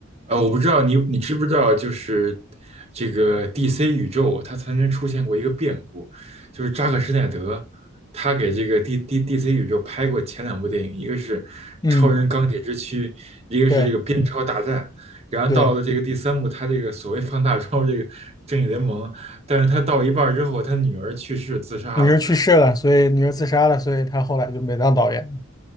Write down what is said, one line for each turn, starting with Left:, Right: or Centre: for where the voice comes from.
Right: 呃，我不知道你你知不知道，就是这个 DC 宇宙，它曾经出现过一个变故，就是扎克施耐德，他给这个 D D DC 宇宙拍过前两部电影，一个是《超人钢铁之躯》，
Left: 嗯，
Right: 一个是这个《蝙超大战》，
Left: 对
Right: 然后到了这个第三部，
Left: 对，
Right: 他这个所谓放大招这个正义联盟，但是他到一半儿之后，他女儿去世自杀了，
Left: 女儿去世了，所以女儿自杀了，所以他后来就没当导演。